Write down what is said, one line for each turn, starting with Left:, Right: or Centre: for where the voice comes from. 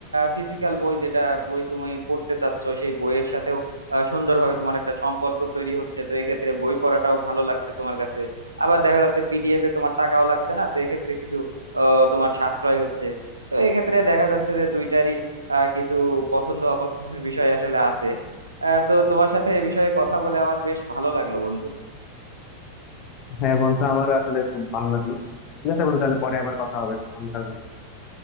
Right: ফিজিক্যাল বই যেটা বই তুমি পড়তে চাচ্ছ সেই বইয়ের সাথেও আহ, সুন্দরভাবে তোমার একটা সম্পর্ক তৈরি হচ্ছে তো এক্ষেত্রে বই পড়াটাও ভালো লাগছে তোমার কাছে আবার দেখা যাচ্ছে পিডিএফ এ তোমার টাকাও লাগছে না তো এক্ষেত্রে কিছু আহ, তোমার সাশ্রয় হচ্ছে তো এক্ষেত্রে দেখা যাচ্ছে যে দুইটারই আহ, কিছু পছন্দ অপছন্দের বিষয় আসলে আছে আহ, তো তোমার সাথে এ বিষয়ে কথা বলে আমার বেশ ভালো লাগলো বন্ধু
Left: হ্যাঁ বন্ধু আমারও আসলে খুব ভালো লাগলো ঠিক আছে বন্ধু তাহলে পরে আবার কথা হবে ভালো থাকো